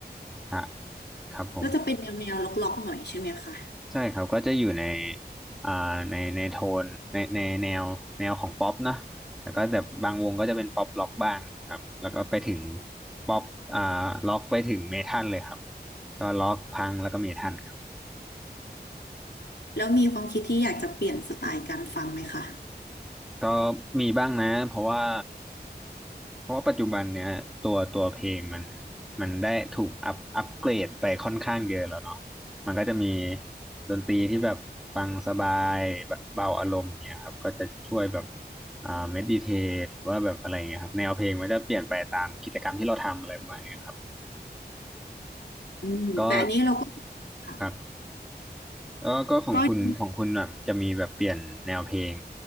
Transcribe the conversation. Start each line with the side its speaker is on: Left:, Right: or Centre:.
Centre: อ่ะครับผม
Left: ก็จะเป็นแนวแนวล็อกๆหน่อยใช่ไหมคะ
Centre: ใช่ครับก็จะอยู่ในอ่าในในโทนในในแนวแนวของป๊อปนะแล้วก็แบบบางวงก็จะเป็นป๊อปล็อกบ้างครับแล้วก็ไปถึงป๊อปอ่าล็อกไปถึงเมทัลเลยครับก็ล็อกพังแล้วก็เมทัลครับ
Left: แล้วมีความคิดที่อยากจะเปลี่ยนสไตล์การฟังไหมคะ
Centre: ก็มีบ้างนะเพราะว่า เพราะว่าปัจจุบันเนี้ยตัวตัวเพลงมันมันได้ถูกอัพอัปเกรดไปค่อนข้างเยอะแล้วเนาะมันก็จะมีดนตรีที่แบบฟังสบายแบบเบาอารมณ์อย่างเงี้ยครับก็จะช่วยแบบอ่าเมดิเททว่าแบบอะไรเงี้ยครับแนวเพลงมันจะเปลี่ยนไปตามกิจกรรมที่เราทำอะไรประมาณเนี้ยครับ
Left: อืมแต่อันนี้เราก็
Centre: ก็
Left: ค่ะ
Centre: ครับก็ก็ของคุณของคุณแบบจะมีแบบเปลี่ยนแนวเพลง
Left: ก็ดี